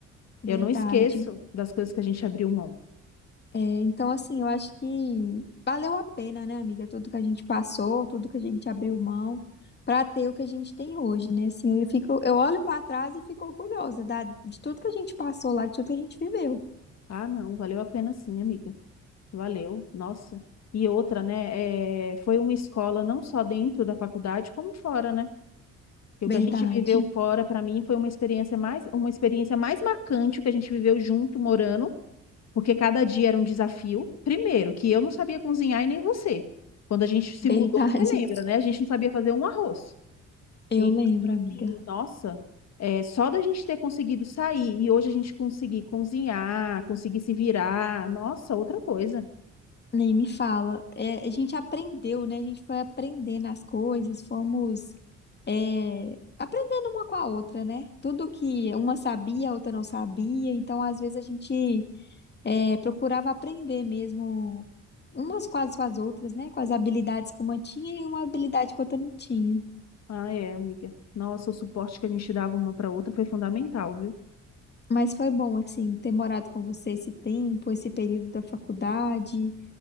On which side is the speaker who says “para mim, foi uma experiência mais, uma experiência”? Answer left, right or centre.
Left